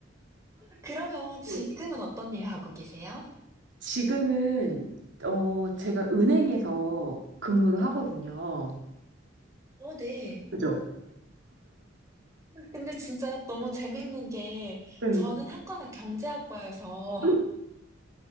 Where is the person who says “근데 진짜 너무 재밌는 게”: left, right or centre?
Right